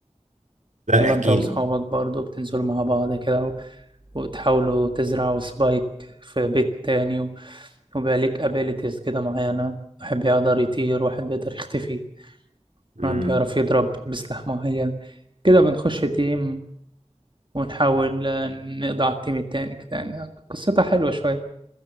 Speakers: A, on the right (about 85°); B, on the right (about 40°).
A: لا
B: تبقى
A: احكي
B: أنت وأصحابك
A: لي
B: برضو بتنزلوا مع بعض كده و- وتحاولوا تزرعوا سبايك في بيت تاني و- وبقى ليك أبيليتيز كده معينة واحد بيقدر يطير واحد بيقدر يختفي
A: امم
B: واحد بيعرف يضرب بسلاح معين كده بنخش تيم ونحاول آه، نقضي على التيم التاني كده يعني قصتها حلوة شوية